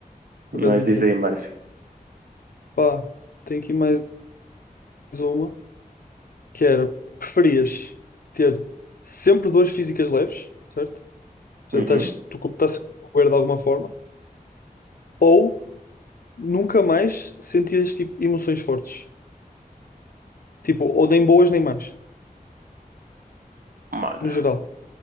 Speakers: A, on the left (about 75°); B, on the right (about 70°).
A: Por
B: nós
A: acaso entendo.
B: dizem mais.
A: Pá, tenho aqui mais uma, que era, preferias ter sempre dores físicas leves, certo? Ou seja,
B: Uhum.
A: estás, tu estás sempre a doer de alguma forma, ou nunca mais sentias tipo, emoções fortes. Tipo, ou nem boas nem más,
B: Mano,
A: no geral.